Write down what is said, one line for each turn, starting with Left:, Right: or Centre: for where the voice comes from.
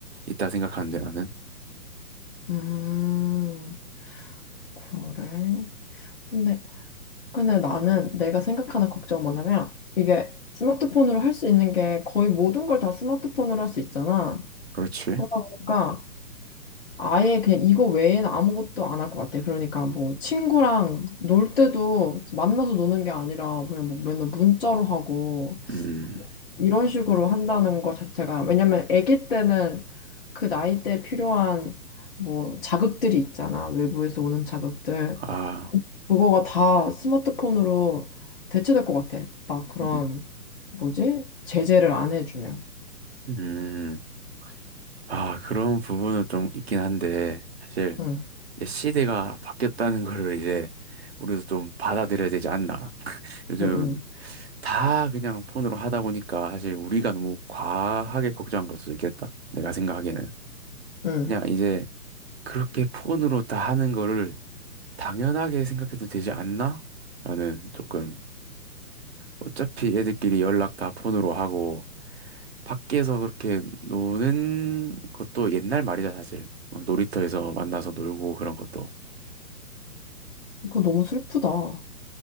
Right: 있다 생각하는데 나는.
Left: 음, 그래. 근데, 근데 나는 내가 생각하는 걱정은 뭐냐면 이게 스마트폰으로 할 수 있는 게 거의 모든 걸 다 스마트폰으로 할 수 있잖아.
Right: 그렇지.
Left: 그러다 보니까 아예 그냥 이거 외에는 아무것도 안 할 것 같아. 그러니까 뭐 친구랑 놀 때도 만나서 노는 게 아니라 그냥 뭐 맨날 문자로 하고
Right: 음,
Left: 이런 식으로 한다는 거 자체가 왜냐면 아기 때는 그 나이 때 필요한 뭐 자극들이 있잖아. 외부에서 오는 자극들.
Right: 아,
Left: 그거가 다 스마트폰으로 대체될 것 같아. 막 그런,
Right: 음,
Left: 뭐지? 제재를 안 해주면.
Right: 음, 아, 그런 부분은 좀 있긴 한데, 사실
Left: 응,
Right: 이제 시대가 바뀌었다는 거를 이제 우리도 좀 받아들여야 되지 않나. <laughs> 요즘
Left: 응, 응,
Right: 다 그냥 폰으로 하다 보니까 사실 우리가 너무 과하게 걱정한 걸 수도 있겠다. 내가 생각하기에는.
Left: 응.
Right: 그냥 이제 그렇게 폰으로 다 하는 거를 당연하게 생각해도 되지 않나? 라는 조금 어차피 애들끼리 연락 다 폰으로 하고 밖에서 그렇게 노는 것도 옛날 말이다 사실. 막 놀이터에서 만나서 놀고 그런 것도.
Left: 그거 너무 슬프다.